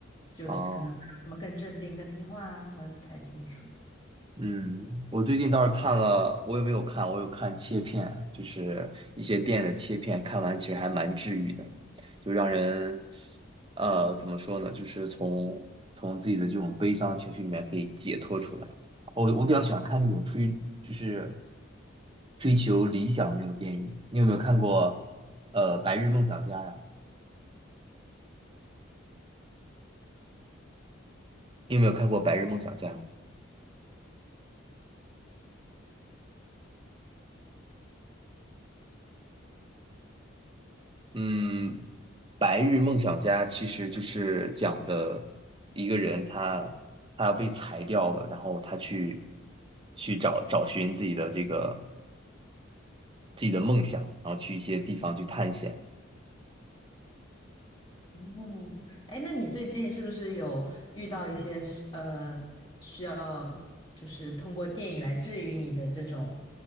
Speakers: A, on the left (about 25°); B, on the right (about 25°).
A: 就是可能会让他们更镇定、
B: 啊。
A: 更听话啊，我也不太清楚。
B: 嗯，我最近倒是看了，我有没有看？我有看切片，就是一些电影的切片，看完其实还蛮治愈的，就让人，呃，怎么说呢？就是从从自己的这种悲伤情绪里面可以解脱出来。我我比较喜欢看那种追，就是追求理想的那种电影。你有没有看过，呃，《白日梦想家》呀？你有没有看过《白日梦想家》？嗯，《白日梦想家》其实就是讲的一个人他，他要被裁掉了，然后他去去找找寻自己的这个自己的梦想，然后去一些地方去探险。
A: 哦，哎，那你最近是不是有遇到一些是呃需要就是通过电影来治愈你的这种